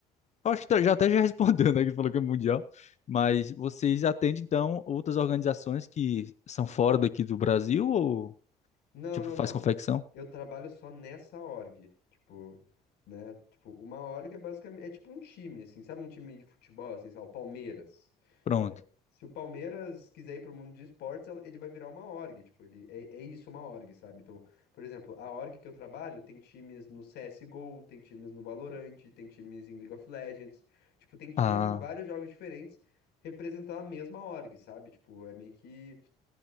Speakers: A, on the left; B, on the left.
A: eu acho que tá- já até já <laughs> respondeu, né, que falou que é mundial, mas vocês atendem, então, outras organizações que são fora daqui do Brasil ou,
B: Não,
A: tipo,
B: não,
A: faz
B: não.
A: confecção?
B: Eu trabalho só nessa org. Tipo, né? Tipo, uma org é basicamente. É tipo um time, assim, sabe? Um time de futebol, assim, sei lá, o Palmeiras.
A: Pronto.
B: Se o Palmeiras quiser ir pro mundo de esportes, ela- ele vai virar uma org. Tipo, ele é, é isso, uma org, sabe? Então, por exemplo, a org que eu trabalho tem times no CSGO, tem times no Valorant, tem times em League of Legends. Tipo, tem times
A: Ah,
B: em vários jogos diferentes representando a mesma org, sabe? Tipo, é meio que